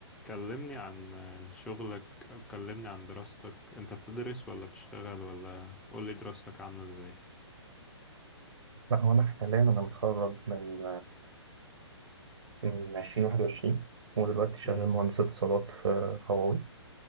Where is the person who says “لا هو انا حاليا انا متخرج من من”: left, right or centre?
Right